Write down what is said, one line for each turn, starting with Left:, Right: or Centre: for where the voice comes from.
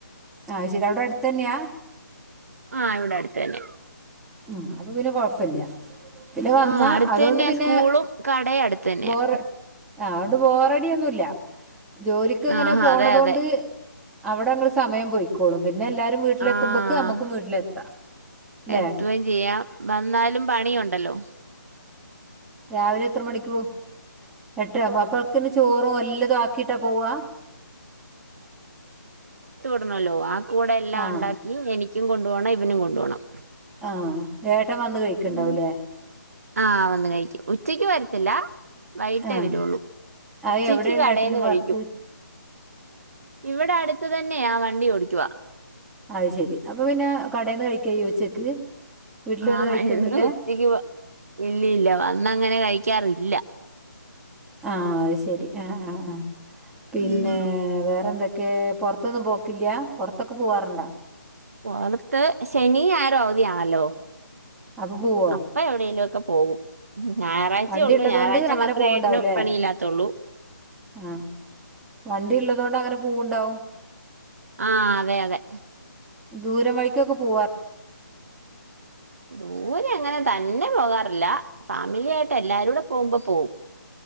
Centre: ആ ശെരി അവിടെ അട്ത്തന്നെയാ
Right: ആ ഇവിടെ അടുത്ത് തന്നെ
Centre: മ് അപ്പൊ പിന്നെ കൊഴപ്പില്ല പിന്നെ വന്നാ
Right: ആഹ് അടുത്ത്
Centre: അതുകൊണ്ട്
Right: തന്നെയാ
Centre: പിന്നെ
Right: സ്കൂളും കടയും അടുത്ത് തന്നെയാ
Centre: ബോറ് ആ ത് ബോറടിയൊന്നൂല്ല ജോലിക്ക്ങ്ങനെ
Right: ആഹാ
Centre: പോണതുകൊണ്ട്
Right: അതെ അതെ
Centre: അവിടെ ങ്ങളെ സമയം പോയ്ക്കോളും പി പിന്നെ എല്ലാരും വീട്ട്ലെത്തുമ്പക്ക്
Right: ആഹ്
Centre: അമ്മക്കും വീട്ട്ലെത്താ ല്ലെ
Right: എത്തുകയും ചെയ്യാം വന്നാലും പണിയുണ്ടല്ലോ
Centre: രാവിലെ എത്രെ മണിക്ക് പോവും എ ട്ട്‌രാവുമ്പം അപ്പോഴൊക്കിന് ചോറും എല്ലതും ആക്കീട്ടാ പോവാ
Right: തിന്നാേല്ലോ ആ കൂടെ എല്ലാം
Centre: ആഹ്
Right: ഉണ്ടാക്കി എനിക്കും കൊണ്ട് പോണം ഇവനും കൊണ്ട് പോണം
Centre: ആഹ് ഏട്ടൻ വന്ന് കഴിക്ക്ണ്ടാവുലേ
Right: അങ്ങനെ ആഹ് വന്ന് കഴിക്കും ഉച്ചയ്ക്ക് വരത്തില്ല വൈകിട്ടേ
Centre: ആഹ്
Right: വെരുവൊള്ളൂ
Centre: അത്
Right: ഉച്ചയ്ക്ക്
Centre: എവിടെയാണ്
Right: കടേന്ന്
Centre: ഏട്ടന്
Right: കഴിക്കും
Centre: വർക്ക്
Right: ഇവിടെ അട്ത്ത് തന്നെയാ വണ്ടി ഓടിയ്ക്കുവാ
Centre: അത് ശെരി അപ്പൊ പിന്നെ കടേന്ന് കഴിക്കാ ചെയ്യ ഉച്ചക്ക് വീട്ടിൽ
Right: ആഹ്
Centre: വന്ന് കഴിക്കൊന്നുല്ല
Right: എന്നും ഉച്ചയ്ക്ക് ഇല്ലല്ല വന്ന അങ്ങനെ കഴിക്കാറി ഇല്ലാ
Centre: ആഹ് അത് ശെരി ആഹ് ആഹ് ആഹ് പിന്നേ
Right: ഉം
Centre: വേറെന്തൊ ക്കേ പൊറത്തൊന്നും പോക്കില്ലാ പൊറത്തൊക്കെ പോവാറ്ണ്ടാ?
Right: പൊറത്ത് ശനി ഞായറും അവധിയാണല്ലോ
Centre: അപ്പൊ പോവോ
Right: അപ്പ എവിടേലും ഒക്കെ പോവും ഞായറാഴ്‌ച്ചേ
Centre: വണ്ടി
Right: ഒള്ളു
Centre: ഇള്ളതോണ്ട്
Right: ഞായറാഴ്ച്ച
Centre: അങ്ങനെ
Right: മാത്രേ
Centre: പോവ്ണ്ടാവുംല്ലേ
Right: ഏട്ടന് പണിയില്ലാത്തൊള്ളു
Centre: ആഹ് വണ്ടി ഇള്ളതോണ്ട് അങ്ങനെ പൂവ്ണ്ടാവും
Right: ആഹ് അതെ അതെ
Centre: ദൂരം വയ്ക്കൊക്കെ പോവാ
Right: ദൂരെ അങ്ങെനെ തന്നെ പോകാറില്ലാ ഫാമിലി ആയിട്ട് എല്ലാരൂടെ പോകുമ്പം പോവും